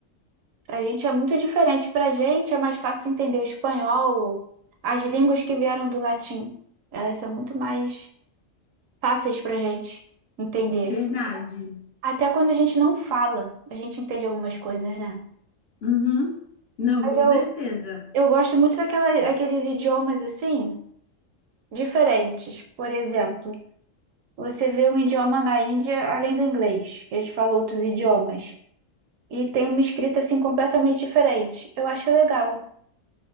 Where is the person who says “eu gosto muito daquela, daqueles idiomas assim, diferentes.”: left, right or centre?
Right